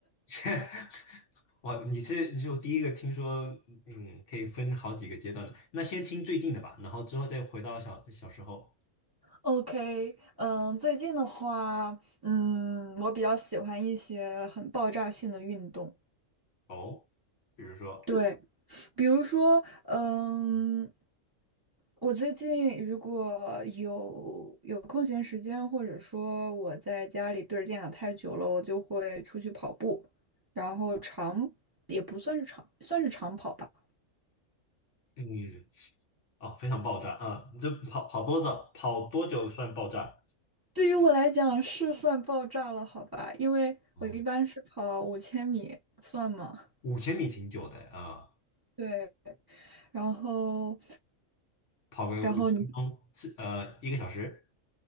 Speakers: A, on the left (about 70°); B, on the right (about 20°).
A: 先，<laughs> 哇，你是你是我第一个听说，嗯，可以分好几个阶段的。那先听最近的吧，然后之后再回到小小时候
B: ？OK，嗯，最近的话，嗯，我比较喜欢一些很爆炸性的运动。
A: 哦，比如说，
B: 对。比如说，嗯，我最近如果有有空闲时间，或者说我在家里对着电脑太久了，我就会出去跑步，然后长也不算是长，算是长跑吧。
A: 嗯，哦，非常爆炸啊、你这跑跑多早，跑多久算爆炸？
B: 对于我来讲是算爆炸了，好吧，因为我一般是跑五千米，
A: 哦，
B: 算吗？
A: 五千米挺久的啊、
B: 对，然后
A: 跑个五十分钟，
B: 然后你
A: 是呃一个小时。